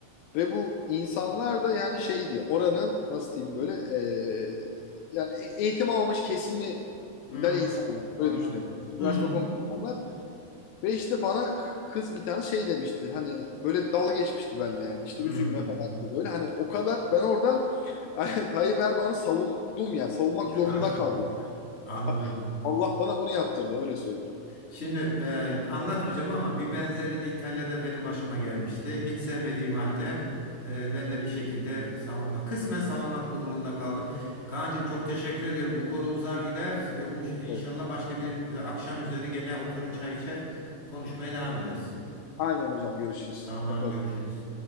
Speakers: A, on the left; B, on the left.
A: Ve bu insanlar da yani şeydi oranın nasıl diyeyim böyle e, yani e- eğitim almamış kesiminden
B: Hmm,
A: insanlar.
B: anladım.
A: Öyle düşünebilirsiniz.
B: Hmm,
A: Üniversite okumamış insanlar. Ve işte bana kız bir tane şey demişti. Hani böyle dalga geçmişti benimle yani. İşte
B: hmm.
A: üzülme falan gibi böyle. Hani o kadar ben orada <laughs> hani Tayyip Erdoğan'ı savundum yani. Savunmak zorunda
B: <laughs>
A: kaldım yani.
B: Anladım.
A: <laughs> Allah bana bunu yaptırdı öyle söyleyeyim.
B: Şimdi e, anlatmayacağım ama bir benzerini İtalya'da benim başıma gelmişti. Hiç sevmediğim halde e, ben de bir şekilde savunma, kısmen savunmak durumunda kaldım. Kaan'cığım çok teşekkür ediyorum. Bu konu uzar gider. E, unş- İnşallah
A: Evet.
B: başka bir e, akşam üzeri gene oturur çay içer konuşmaya devam ederiz.
A: Aynen hocam görüşürüz.
B: Tamam
A: Yaparız.
B: görüşürüz.